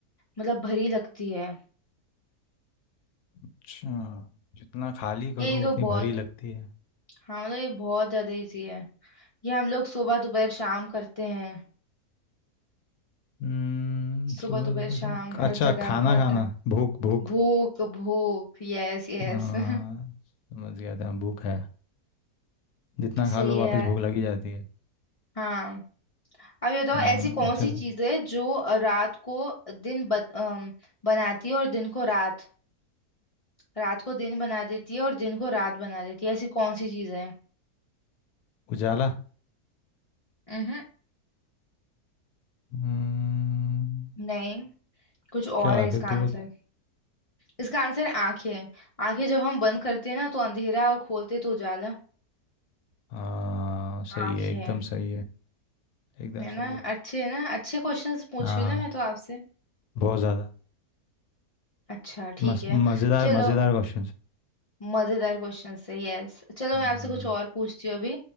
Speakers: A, on the left (about 55°); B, on the left (about 80°).
A: मतलब भरी लगती है
B: अच्छा जितना खाली करो
A: यही तो
B: उतनी
A: बहुत
B: भरी लगती है
A: हाँ मतलब ये बहुत ज्यादा इजी है ये हम लोग सुबह दोपहर शाम करते हैं
B: हम्म
A: सुबह
B: सुबह
A: दोपहर
B: दोपहर
A: शाम
B: शाम
A: हर
B: अच्छा
A: जगह
B: खाना
A: हर
B: खाना
A: टाइम
B: भूख भूख
A: भूख भूख यस यस
B: हाँ
A: <laughs>
B: समझ गया था भूख है जितना
A: सही
B: खा लो
A: है
B: वापस
A: यार
B: भूख लगी जाती है
A: हाँ अब ये बताओ
B: हम्म
A: ऐसी कौन
B: अच्छा
A: सी
B: था
A: चीज है जो रात को दिन ब, अम, बनाती है और दिन को रात रात को दिन बना देती है और दिन को रात बना देती है ऐसी कौन सी चीज है
B: उजाला
A: हम्म
B: हम्म
A: नहीं कुछ और
B: क्या
A: है
B: है
A: इसका
B: फिर
A: आंसर
B: तू बता
A: इसका आंसर आंखें है। आंखें जब हम बंद करते हैं ना तो अंधेरा और खोलते हैं तो उजाला
B: हाँ सही
A: आंखें
B: है एकदम सही है एकदम
A: है
B: सही
A: ना
B: है
A: अच्छे है ना अच्छे क्वेश्चंस पूछ
B: हाँ
A: रही हूँ ना मैं तो आपसे
B: बहुत ज़्यादा
A: अच्छा ठीक
B: मस-
A: है
B: मज़ेदार
A: चलो
B: मज़ेदार क्वेश्चन
A: मजेदार क्वेश्चन है यस चलो
B: हम्म
A: मैं आपसे कुछ और पूछती हूँ अभी